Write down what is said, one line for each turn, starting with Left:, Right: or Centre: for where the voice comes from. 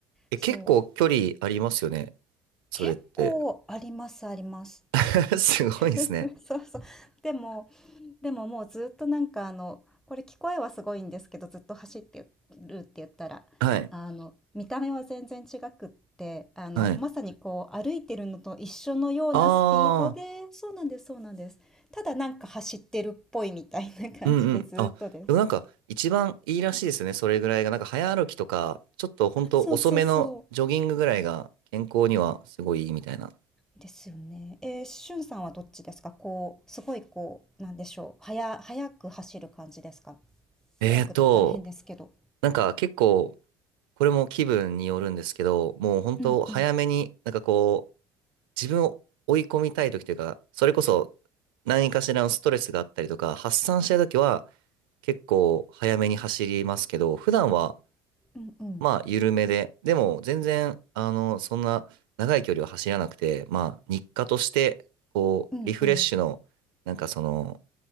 Right: え、
Centre: そう、
Right: 結構距離ありますよね、それって。
Centre: 結構あります、あります。
Right: <laughs> すごいですね。
Centre: <laughs> そうそう。でも、でももうずっとなんかあのこれ聞こえはすごいんですけどずっと走ってるって言ったらあの見た目は全然違くってあのまさにこう歩いてるのと一緒のようなスピードでそうなんですそうなんですただなんか走ってるっぽいみたいな感じでずっとです
Right: はい。はい。あー。うんうん。あ、でもなんか一番いいらしいですよね。それぐらいが。なんか早歩きとか、ちょっとほんと遅めのジョギングぐらいが健康にはすごいいいみたいな。
Centre: あそうそうそうですよねえー、しゅんさんはどっちですかこうすごいこうなんでしょう速速く走る感じですか
Right: えーと、
Centre: 速くって言ったら変ですけど
Right: なんか結構、これも気分によるんですけど、もうほんと早めに、
Centre: うんうん
Right: なんかこう、自分を追い込みたい時というか、それこそ何かしらのストレスがあったりとか、発散したい時は結構早めに走りますけど、普段は
Centre: うんうん
Right: まあ、緩めで。でも、全然、あの、そんな長い距離を走らなくて、まあ、日課として、こう、
Centre: うんうん
Right: リフレッシュの、なんかその、